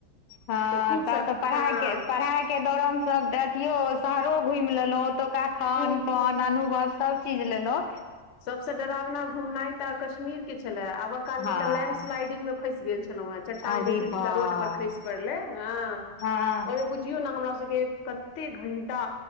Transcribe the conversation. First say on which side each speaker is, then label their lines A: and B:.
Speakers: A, on the left (about 75°); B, on the left (about 55°).
A: हं
B: तऽ खूब
A: तब
B: सा
A: त पढ़ाई
B: हँ
A: के, पढ़ाई के दौरान सब त अथियो शहरो घुमि लेलौं। ओ तुका खान
B: खूब
A: पान, अनुभव सब चीज लेलौं।
B: सबसं डरावना घुमनाइ त अ कश्मीर के छला। आबअ कालमे
A: हँ
B: त लैंडस्लाइडिंग मे फंसि गेल छलौं हें, चट्टान
A: अरे
B: जे टूटिक
A: बाप
B: रोड पर खसि पड़लै हं अं।
A: हँ
B: ओ इ बुझियौ ने हमरा सबके कते घंटा